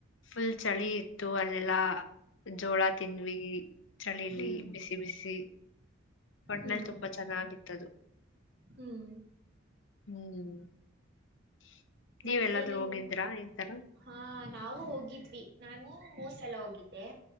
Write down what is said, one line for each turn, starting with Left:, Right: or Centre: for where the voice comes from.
Left: ಫುಲ್ ಚಳಿ ಇತ್ತು ಅಲ್ಲೆಲ್ಲಾ ಜೋಳ ತಿನ್್ವಿ ಚಳಿಲಿ
Right: ಹ್ಮ್ ಹ್ಮ್
Left: ಬಿಸಿ ಬಿಸಿ ಒಣನಲ್ಲಿ
Right: ಹ್ಮ್
Left: ತುಂಬಾ ಚೆನ್ನಾಗಿತ್ತದು ಹ್ಮ್
Right: ಹ್ಮ್
Left: ನೀವ್
Right: ಮತ್ತೆ
Left: ಎಲ್ಲಾದ್ೂ
Right: ನಿಮ್
Left: ಹೋಗಿದ್ರ ಈ ತರ
Right: ಹಾ ನಾವು ಹೋಗಿದ್ವಿ ನಾನು ಮೂರು ಸಲ ಹೋಗಿದ್ದೆ